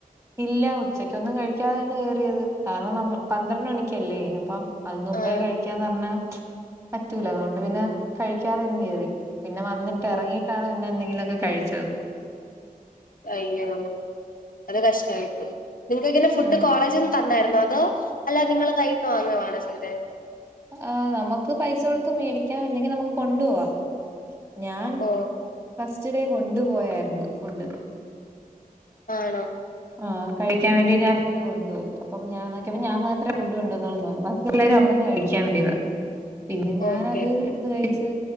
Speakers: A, on the right; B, on the left.
A: ഇല്ലാ ഉച്ചക്കൊന്നും കഴിക്കാതേണ് കേറ്യേത് കാരണം നമ്മ പന്ത്രണ്ട് മണിക്കല്ലേ അപ്പം അതി മുമ്പേ
B: ആ
A: കഴിക്കാന്ന് പറഞ്ഞാ പറ്റൂല ഗവ ട്ട് പിന്നെ കഴിക്കാതെങ്ങ് കേറി പിന്നെ വന്ന്ട്ട്
B: ഓ
A: എറങ്ങിട്ടാണ് പിന്നെ എന്തെങ്കിലൊക്കെ കഴിച്ചത്
B: അയ്യോ അത് കഷ്ടായിപോയി തെങ്ങെനെ ഫുഡ്
A: ഉം
B: കോളേജ്ന്ന് തന്നായ്ര്ന്നോ അതോ അല്ല നിങ്ങള് കയ്യിന്ന് വാങ്ങവാണോ ചെയ്തേ
A: ആ നമുക്ക് പൈസ കൊടുത്ത് മേടിക്കാം ഇല്ലെങ്കിൽ നമുക്ക് കൊണ്ടോവാം ഞാൻ
B: ഓ
A: ഫസ്റ്റ് ഡേ കൊണ്ടുപോയാര്ന്നു ഫുഡ്ഡ്
B: ആണോ
A: ആ കഴിക്കാൻ വേണ്ടി ഞാൻ ഫുഡ് കൊണ്ടോയി അപ്പം ഞാൻ നോക്കേപ്പൊ ഞാൻ മാത്രേ ഫുഡ് കൊണ്ടന്നൊള്ളു തോന്നുന്നു ബാക്കി എല്ലാരും അവടന്ന് കഴി എനിക്ക് അങ്ങനെ ഇല്ല, പിന്നെ ഞാൻ
B: ഓക്കെ
A: അത് എടുത്ത് കഴിച്ച്.